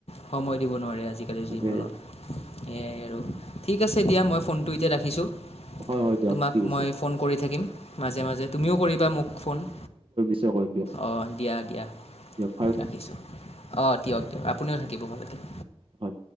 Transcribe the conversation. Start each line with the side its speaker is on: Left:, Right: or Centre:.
Left: সময় দিব নোৱাৰে আজিকালিৰ
Right: তাকে
Left: জীৱনত সেয়াই আৰু ঠিক আছে দিয়া মই ফোনটো এতিয়া ৰাখিছোঁ
Right: হয় হয় দিয়ক
Left: তোমাক
Right: ঠিক আছে
Left: মই ফোন কৰি থাকিম মাজে মাজে তুমিও কৰিবা মোক ফোন
Right: চে দিয়ক
Left: অঁ দিয়া দিয়া
Right: <unintelligible>
Left: ৰাখিছোঁ অঁ দিয়ক দিয়ক আপুনিও থাকিব ভালকে
Right: হয়